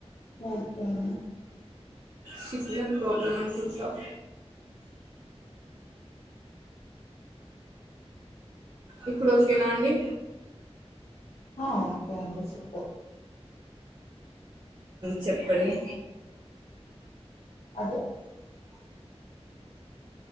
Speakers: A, on the left (about 75°); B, on the right (about 40°).
A: ఓకేనా
B: సిగ్నల్ ప్రాబ్లమ్ అంటుంటావు ఇప్పుడు ఓకేనా అండి
A: ఓకే అండి చెప్పు
B: చెప్పండి
A: అది